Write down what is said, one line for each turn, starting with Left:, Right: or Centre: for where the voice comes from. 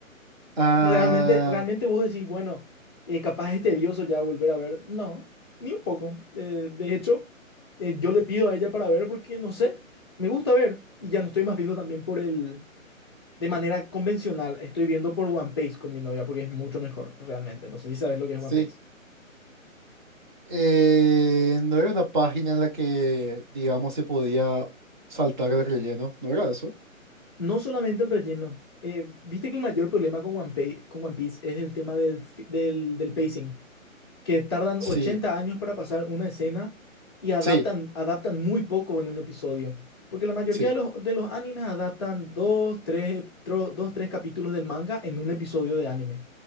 Right: Ah,
Left: Y Realmente, realmente vos decís, bueno, eh, capaz es tedioso ya volver a ver. No, ni un poco. Eh, de hecho, eh, yo le pido a ella para ver porque, no sé, me gusta ver. Y ya no estoy más viendo también por el... De manera convencional, estoy viendo por One Piece con mi novia porque es mucho mejor, realmente. No sé si sabes lo que es
Right: sí.
Left: One Piece.
Right: Eh, no era una página en la que, digamos, se podía saltar el relleno, ¿no era eso?
Left: No solamente el relleno. Eh, viste que el mayor problema con One Piece, con One Piece es el tema del, fi- del, del pacing. que tardan
Right: Sí,
Left: 80 años para pasar una escena y adaptan,
Right: sí,
Left: adaptan muy poco en un episodio. Porque la mayoría
Right: sí.
Left: de los, de los animes adaptan dos, tres, ep- tro- dos, tres capítulos del manga en un episodio de anime.